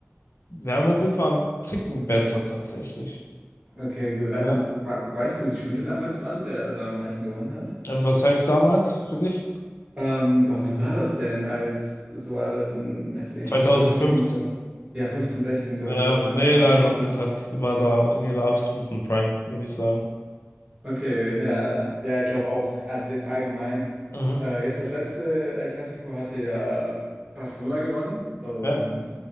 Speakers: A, on the left; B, on the right.
A: Real Madrid war ein Ticken besser tatsächlich.
B: Okay, gut. Also
A: Ja.
B: wa- weißt du, wie die Spiele damals waren, wer da am meisten gewonnen hat?
A: Äh, Was heißt damals für dich?
B: Ähm, boah, wann war das denn, als Suarez und Messi? Ich
A: 2015.
B: glaube, das war 2000, ja, 15, 16, glaube
A: Ja,
B: ich, war das irgendwie
A: nee,
B: so
A: Real
B: um die.
A: Madrid hat, war da in ihrer absoluten Prime, würde ich sagen.
B: Okay, ja. Ja, ich glaube auch, also jetzt allgemein.
A: Mhm.
B: Äh, jetzt das letzte El Clasico hatte ja Barcelona gewonnen und
A: Ja.